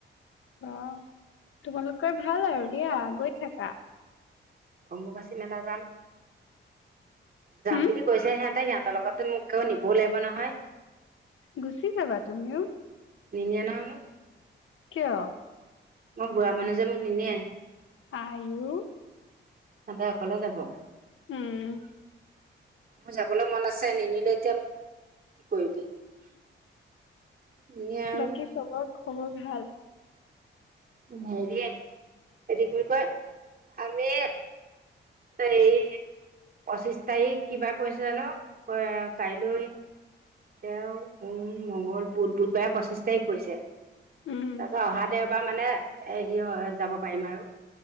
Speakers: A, on the left (about 85°); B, on the right (about 45°).
A: অ' তোমালোকৰ ভাল আৰু দিয়া গৈ থাকা।
B: অম্বুবাচি মেলা যাম। যাম
A: হম
B: বুলি কৈছে সিহতে - সিহতৰ লগতো মোক কও নিবও লাগিব নহয়।
A: গুচি যাবা তুমিও
B: নিনিয় ন মোক।
A: কিয়?
B: মই বুঢ়া মানুহ যে মোক নিনিয়ে।
A: আইও,
B: সদাই অকলে যাব মোৰ
A: উম
B: যাব যাবলৈ মন আছে নিনিলে এতিয়া কি কৰিবি এনে আৰু
A: বাকী চবৰ খবৰ ভাল
B: হেৰি - হেৰি কৰিব আমি তাই পঁচিশ তাৰিখ কিবাদ পৰিছে জানো কাইলৈ দেও সোম মংগল বুধ - বুধবাৰে পচিশ তাৰিখ পৰিছে। তাৰ
A: উম
B: পিছত অহা দেওবাৰ মানে হেৰি যাব পাৰিম আৰু।